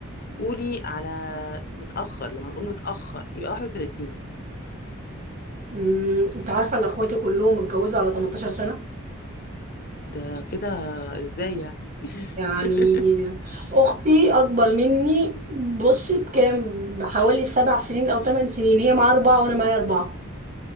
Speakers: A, on the left; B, on the right.
A: قولي على متأخر لما نقول متأخر يبقى 31
B: مم، انت عارفه ان اخواتي كلهم اتجوزوا على 18 سنه
A: ده كده إزاي يعني
B: يعني
A: <laughs>
B: اختي اكبر مني بصي بكام بحوالي سبع سنين او ثمان سنين هي معاها اربعه وانا معايا اربعه